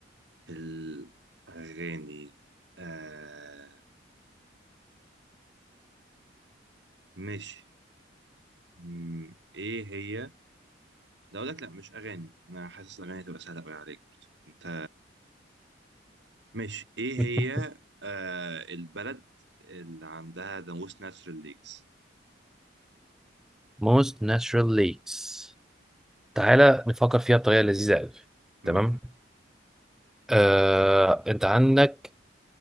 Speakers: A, on the right; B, in the centre.
A: الأغاني آه ماشي مم، ايه هي لا اقول لك لا مش اغاني انا حاسس الاغاني هتبقى سهله قوي عليك برضه. انت ماشي ايه
B: <laughs>
A: هي آه البلد اللي عندها ناموس نسر الليكس
B: most natural lakes تعالى نفكر فيها بطريقه لذيذه قوي
A: مم،
B: تمام آه، انت عندك